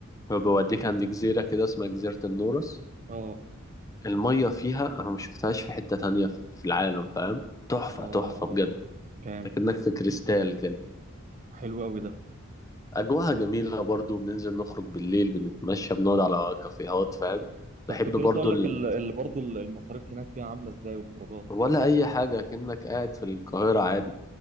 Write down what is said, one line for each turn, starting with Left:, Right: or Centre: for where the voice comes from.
Left: بيوديك عند جزيرة كده اسمها جزيرة النورس
Right: اه
Left: المية فيها أنا ما شفتهاش في حتة تانية في في العالم فاهم تحفة
Right: اه
Left: تحفة
Right: اه
Left: بجد
Right: جامد
Left: انت كأنك في كريستال كده
Right: حلو قوي ده
Left: أجواها جميلة برضو بننزل نخرج بالليل بنتمشى بنقعد على كافيهات فاهم بحب
Right: طب كنت
Left: برضو
Right: لسه اقول
Left: ال...
Right: لك ال- اللي برضه ال- المصاريف هناك فيها عامله ازاي والخروجات
Left: ولا أي حاجة كأنك قاعد في القاهرة عادي